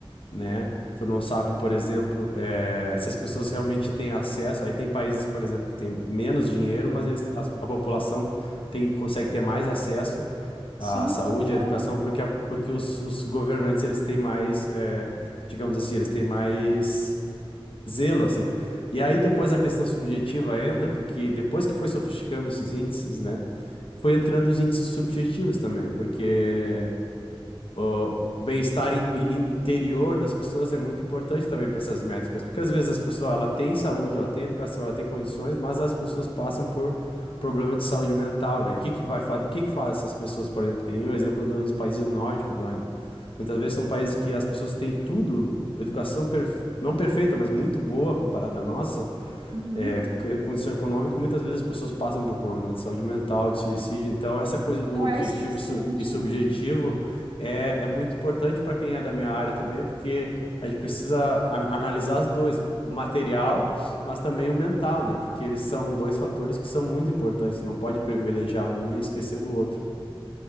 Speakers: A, on the left; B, on the right.
A: né? Tu não sabe, por exemplo, eh, se as pessoas realmente têm acesso. Aí tem países, por exemplo, que têm menos dinheiro, mas eles, as- a, população tem, consegue ter mais acesso à
B: sim,
A: saúde,
B: total.
A: à educação, porque, a- porque os, os governantes eles têm mais, eh, digamos assim, eles têm mais zelo, assim. E aí depois a questão subjetiva entra, porque depois que foi sofisticando esses índices, né? foi entrando os índices subjetivos também, porque o bem-estar in- in- interior das pessoas é muito importante também para essas métricas, porque às vezes as pessoas ela tem saúde, ela tem educação, ela tem condições, mas as pessoas passam por problema de saúde mental, né? O que que vai fa- o que que faz essas pessoas, por exemplo, tem o exemplo dos países nórdicos lá, né? Muitas vezes são países que as pessoas têm tudo, educação perf- não perfeita, mas muito boa comparada à nossa,
B: Uhum.
A: é, c- condição econômica e muitas vezes as pessoas passam por problemas de saúde mental, de suicídio. Então, essa coisa do
B: Não
A: objetivo
B: é o suficiente,
A: e, su- e subjetivo
B: né?
A: é, é muito importante para quem é da minha área também, porque a gente precisa an- analisar os dois, o o material, mas também o mental, né? Porque eles são dois fatores que são muito importantes. Você não pode privilegiar um e esquecer do outro.